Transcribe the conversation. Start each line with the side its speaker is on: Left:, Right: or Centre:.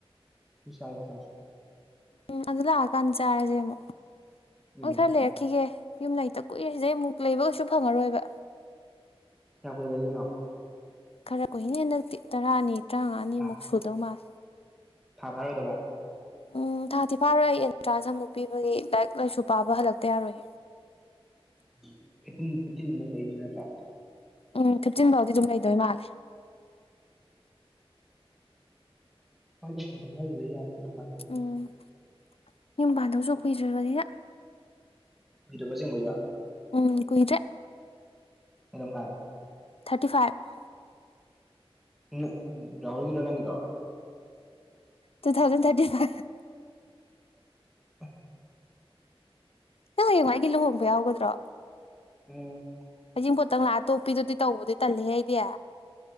Centre: ꯌꯥꯥꯏ ꯐꯥꯏ <inaudible>
Left: ꯑꯗꯨꯗ ꯂꯥꯛꯑꯀꯥꯟꯗ ꯆꯥꯔꯁꯦ ꯑꯃꯨꯛ
Centre: ꯎꯝ
Left: ꯑꯗꯣ ꯈꯔ ꯂꯩꯔꯛꯈꯤꯒꯦ ꯌꯨꯝ ꯂꯩꯇ ꯀꯨꯏꯔꯤꯗꯩ ꯃꯨꯛ ꯂꯩꯕ ꯀꯩꯁꯨ ꯐꯪꯉꯔꯣꯏꯕ <inaudible>
Centre: ꯀꯌꯥꯝ ꯀꯨꯏ ꯂꯩꯗꯣꯢꯅꯣ
Left: ꯈꯔ ꯀꯨꯏꯅꯦ ꯍꯟꯗꯛꯇꯤ ꯇꯔꯥꯅꯤ ꯇꯔꯥꯃꯉꯥꯅꯤꯃꯨꯛ
Centre: ꯊꯥ
Left: ꯁꯨꯗꯧ ꯃꯥꯜꯂꯦ
Centre: ꯊꯥ ꯐꯥꯔꯣꯏꯗꯕ
Left: ꯎꯝ ꯊꯥꯗꯤ ꯐꯥꯔꯣꯏ ꯑꯩ ꯑꯦꯟꯇ꯭ꯔꯥꯟꯁ ꯑꯃꯨꯛ ꯄꯤꯕꯒꯤ ꯂꯥꯏꯔꯤꯛ ꯂꯥꯏꯁꯨ ꯄꯥꯕ ꯍꯜꯂꯛꯇ ꯌꯥꯔꯣꯏ
Centre: ꯎ ꯐꯤꯇꯤꯟ ꯐꯤꯇꯤꯟꯃꯨꯛ ꯂꯩꯅꯤ ꯅꯠꯇ꯭ꯔꯥ
Left: ꯎꯝ ꯐꯤꯞꯇꯤꯟ ꯐꯥꯎꯗꯤ ꯑꯗꯨꯝ ꯂꯩꯗꯣꯏ ꯃꯥꯜꯂꯦ
Centre: ꯍꯣꯢꯗ ꯃꯇꯝ ꯈꯔꯗꯤ ꯂꯩ ꯌꯥꯔꯦ ꯄꯨꯟꯅ
Left: ꯎꯝ ꯌꯨꯝ ꯄꯥꯟꯗꯧꯁꯨ ꯀꯨꯏꯗ꯭ꯔꯕꯗꯤꯗ
Centre: ꯍꯨꯗꯕ ꯆꯤꯡꯕ ꯌꯥ
Left: ꯎꯝ ꯀꯨꯣꯏꯗ꯭ꯔꯦ
Centre: ꯀꯔꯝ ꯀ
Left: ꯊꯥꯔꯇꯤ ꯐꯥꯏꯚ
Centre: ꯎꯝ ꯔꯍꯨꯜꯒꯤ ꯂꯅ꯭ꯔꯣ
Left: ꯇꯨ ꯊꯥꯎꯖꯟ ꯊꯥꯔꯇꯤ ꯐꯥꯏꯚ
Centre: ꯑ
Left: ꯅ ꯌ ꯃꯥꯒꯤꯜꯣ ꯍꯣꯡꯕ ꯌꯥꯎꯒꯗ꯭ꯔꯣ
Centre: ꯎꯝ
Left: ꯍꯩꯖꯤꯡꯄꯣꯠꯇꯪ ꯂꯥꯛꯑ ꯇꯣꯞꯄꯤꯗꯨꯗꯤ ꯇꯧꯕꯗꯤ ꯇꯜꯂꯤꯍꯦ ꯑꯩꯗꯤ